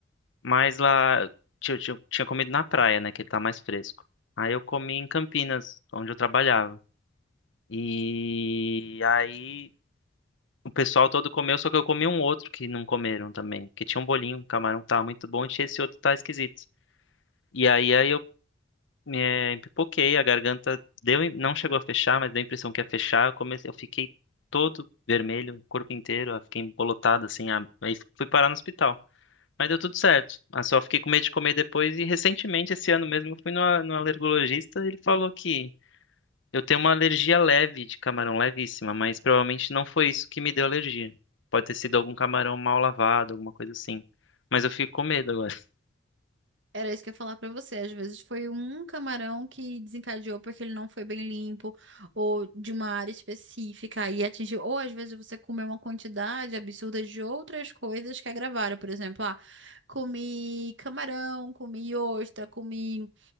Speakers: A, on the left (about 75°); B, on the right (about 70°).
A: mais lá. Tinha, tinha, tinha comido na praia, né? Que ele tá mais fresco. Aí eu comi em Campinas, onde eu trabalhava. E aí. O pessoal todo comeu, só que eu comi um outro que não comeram também. Que tinha um bolinho, um camarão que tava muito bom e tinha esse outro que tá esquisito. E aí, aí eu me eh, pipoquei, a garganta deu, em- não chegou a fechar, mas deu a impressão que ia fechar. Eu comecei, eu fiquei todo vermelho, o corpo inteiro, eu fiquei embolotado assim. a- Aí fui parar no hospital. Mas deu tudo certo. Ah, só fiquei com medo de comer depois e recentemente, esse ano mesmo, eu fui no, a- no alergologista e ele falou que eu tenho uma alergia leve de camarão, levíssima, mas provavelmente não foi isso que me deu alergia. Pode ter sido algum camarão mal lavado, alguma coisa assim. Mas eu fico com medo agora. <laughs>
B: Era isso que eu ia falar pra você. Às vezes foi um camarão que desencadeou porque ele não foi bem limpo, ou de uma área específica e atingiu. Ou às vezes você comeu uma quantidade absurda de outras coisas que agravaram. Por exemplo, ah, comi camarão, comi ostra, comi